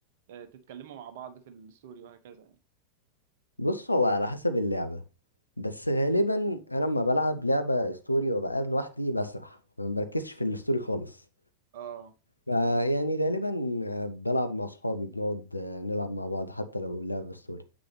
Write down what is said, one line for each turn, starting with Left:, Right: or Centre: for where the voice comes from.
Right: آه، تتكلموا مع بعض في الستوري وهكذا يعني
Left: بص هو على حسب اللعبة بس غالبا انا لما بلعب لعبة ستوري وبقى لوحدي بسرح ما بركزش في الستوري خالص
Right: اه
Left: فيعني غالبا آه، بلعب مع اصحابي بنقعد آه، نلعب مع بعض حتى لو اللعبة ستوري